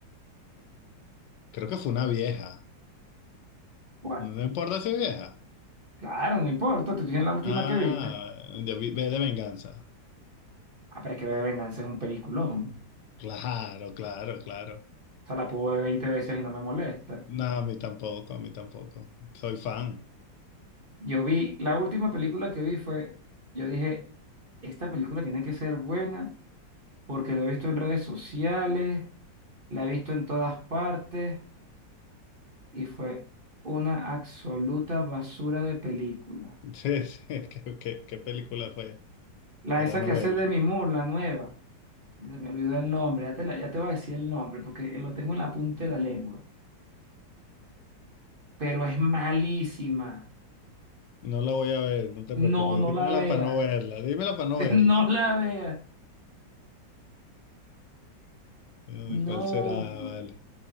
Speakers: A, on the left; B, on the right.
A: Creo que fue una vieja.
B: ¿Cuál?
A: No importa si es vieja.
B: Claro, no importa, te estoy diciendo la última
A: Ah,
B: que viste.
A: de V de Venganza.
B: Ah, pero es que V de Venganza es un peliculón.
A: Claro, claro, claro.
B: O sea, la puedo ver veinte veces y no me molesta.
A: No, a mí tampoco, a mí tampoco. Soy fan.
B: Yo vi, la última película que vi fue, yo dije, esta película tiene que ser buena porque la he visto en redes sociales, la he visto en todas partes y fue una absoluta basura de película.
A: <laughs> Sí, sí, ¿Qué, qué- qué película fue?
B: La
A: Para
B: esa
A: no
B: que hace
A: verla.
B: Demi Moore, la nueva. Se me olvidó el nombre, ya te, la- ya te voy a decir el nombre porque lo tengo en la punta de la lengua. Pero es malísima.
A: No la voy a ver, no te
B: No,
A: preocupes.
B: no
A: Dímela
B: la veas.
A: para no verla, dímela para no
B: <laughs>
A: verla.
B: No la veas.
A: Uy,
B: No.
A: ¿Cuál será? Vale.